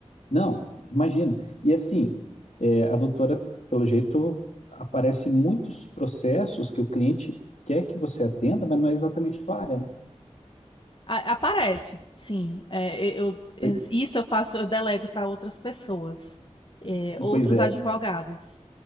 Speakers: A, on the left; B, on the left.
A: Não, imagino. E assim, é, a doutora, pelo jeito, aparece muitos processos que o cliente quer que você atenda, mas não é exatamente tua área, né?
B: A- Aparece, sim. É, eu, eu-
A: Pois
B: isso eu faço, eu delego para outras pessoas, é, outros
A: pois é,
B: advogados.